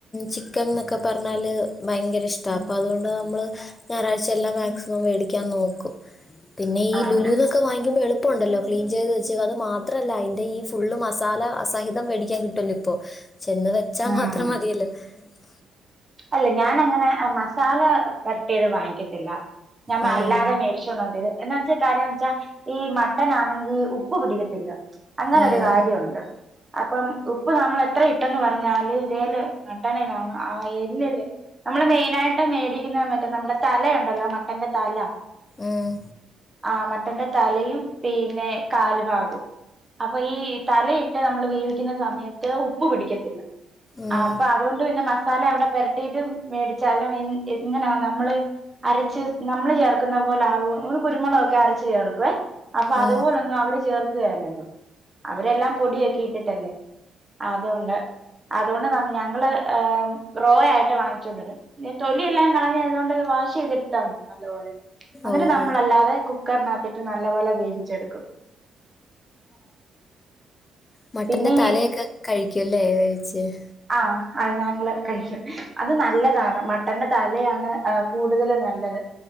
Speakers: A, on the left (about 30°); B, on the right (about 20°).
A: ചിക്കൻ എന്നൊക്കെ പറഞ്ഞാല് ഭയങ്കര ഇഷ്ട അപ്പൊ അതുകൊണ്ട് നമ്മള് ഞായറാഴ്ചയെല്ലാം മാക്സിമം മേടിക്കാൻ നോക്കും- പിന്നെ ഈ
B: ആണ്
A: ലുലു എന്നൊക്കെ വാങ്ങുമ്പോ എളു പ്പ ഉണ്ടല്ലോ ക്ലീൻ ചെയ്ത് വെച്ച അത് മാത്രമല്ല അതിന്റെ ഈ ഫുള് മസാലസഹിതം- തംവേടി ക്കാൻ കിട്ടല്ലോ ഇപ്പൊ ചെന്ന് വെച്ചാ
B: ഉം
A: മാത്രം മതിയല്ലോ- <unintelligible>
B: അല്ല ഞാന അങ്ങനെ മസാല പെരട്ടിയത് വാങ്ങിക്കത്തില്ല- ഞമ്മ
A: ഉം
B: അല്ലാതെ മേടിച്ചോണ്ടോണ്ത് എന്താന്ന് വെച്ചാൽ കാര്യംന്ന് വെച്ചാ ഈ മട്ടന ആണെങ്കി ഉപ്പ് പിടിക്ക ത്തില്ല- അങ്ങനെ
A: ഉം
B: ഒരു കാര്യവൊണ്ട് അപ്പം ഉപ്പ് നമ്മൾ എത്ര ഇിട്ടെന്ന് പറഞ്ഞ ഞാലും ഇതേല്- <unintelligible> ആയേ നമ്മള് മെയിനായിട്ട് മേടിക്കുന്ന മറ്റേ നമ്മുടെ തലയുണ്ടല്ലോ മട്ടന്റെ തല-
A: ഉം
B: ആ മട്ടന്റെ- തലയും പിന്നെ കാല് ഭാഗും അപ്പൊ ഈ തലയിട്ട് നമ്മൾ വേവിക്കുന്ന സമയത്ത് ഉപ്പ് പിടിക്കത്തില്ല-
A: ഉം
B: ആ അപ്പൊ അതുകൊണ്ട് പിന്നെ മ തലഅവിടെ- പരട്ടീട്ട് മേടിച്ചാലും എങ്ങനാ നമ്മള് അരച്ച് നമ്മള് ചേർക്കുന്ന പോലെ ആകുവൊ കുരുമുളകൊക്കെ അരച്ചു ചേർക്കുവ- അപ്പൊ അതുപോലൊന്നും
A: ഉം
B: അവര് ചേർ ക്ക്വേലല്ലോ? അവരെല്ലാം പൊടി യക്കെഇട്ടിട്ടല്ലേ? അതൊണ്ട് അതുകൊണ്ട് ഞങ്ങള് ഏ- റോ ആയിട്ട് വാങ്ങിച്ചുകണ്ടരും പിന്നെ തൊലിയല്ലാം കളഞ്ഞായതുകൊണ്ട് വാഷ് ചെയ്തെടുത്താമതി നല്ലപോലെ- എന്നിട്ട്
A: ഓഹോ
B: നമ്മളല്ലാതെ കുക്കറിനകത്തിട്ട് നല്ലപോലെ വേ വിച്ചെടുക്കും-
A: മട്ടന്റെ
B: പിന്നെ
A: തലയൊക്കെ കഴിക്കുംല്ലേ വേവിച്ച് -
B: ആഹ് അത് ഞങ്ങള് അത് നല്ലതാണ് മട്ടൻ്റെ- തലയാണ് അ കൂടുതല് നല്ലത്